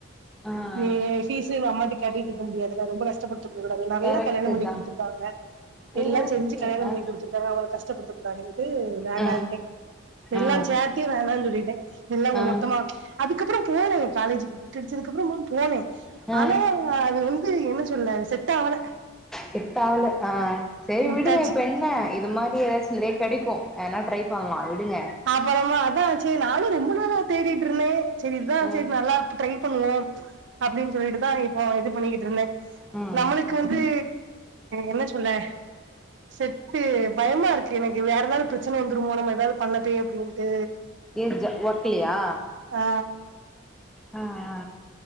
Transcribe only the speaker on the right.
நீ பீஸுனு அம்மாட்ட கேட்டட்டு இருக்க முடியாதுல ரொம்ப கஷ்டப்படுத்தக் கூடாது நல்ல
கல்யாணம் பண்ணி
கொடுத்துருக்காங்க
எல்லா
செஞ்சு கல்யாணம்
பண்ணி குடுத்துருக்காங்க அவள கஷ்டப்படுத்த கூடாதங்ட்டு வேணாம்ன்டே
எல்லாம்
சேர்த்தே வேணானு சொல்லிட்டே எல்லாம்
மொத்தமா அதுக்கப்புறம் போனோம் காலேஜ் கேடச்சதுக்கு அப்புறமா போனே
ஆனா அது வந்து என்ன சொல்ல செட் ஆகல
விட்டாச்சு
அப்புறமா அதா ஆச்சே நானு ரொம்ப நாளா தேடிட்டு இருந்தே சேரி இதா ஆச்சே
நல்லா ட்ரை பண்ணுவோம் அப்படின்னு சொல்லிட்டுதா இப்போ இது பண்ணிக்கிட்டு இருந்தே
நம்மளுக்கு
வந்து என்ன சொல்ல செட்டு பயமா இருக்கு எனக்கு வேற ஏதாவது பிரச்சன வந்துருமோ நம்ம ஏதாவ பண்ண போய் அப்படின்ட்டு
ஆ